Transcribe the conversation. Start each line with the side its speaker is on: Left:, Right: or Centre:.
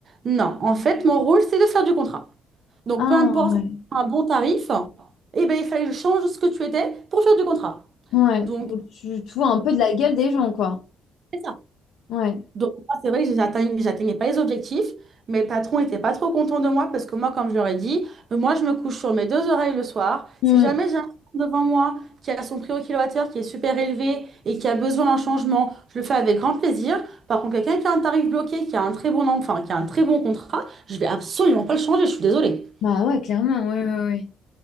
Right: Non, en fait, mon rôle, c'est de faire du contrat. Donc,
Left: Ah,
Right: peu importe
Left: ouais.
Right: un bon tarif, eh ben, il fallait que je change ce que tu étais pour faire du contrat.
Left: Ouais.
Right: Donc,
Left: Donc, tu, tu vois un peu de la gueule des gens, quoi.
Right: c'est ça.
Left: Ouais.
Right: Donc, moi, c'est vrai que j'atteignais, j'atteignais pas les objectifs. Mes patrons n'étaient pas trop contents de moi parce que moi, comme je leur ai dit, euh, moi, je me couche sur mes deux oreilles le soir.
Left: Mm.
Right: Si jamais j'ai un client devant moi qui a son prix au kilowattheure qui est super élevé et qui a besoin d'un changement, je le fais avec grand plaisir. Par contre, quelqu'un qui a un tarif bloqué, qui a un très bon, em- enfin, qui a un très bon contrat, je vais absolument pas le changer, je suis désolée.
Left: Bah ouais, clairement, ouais, ouais, ouais.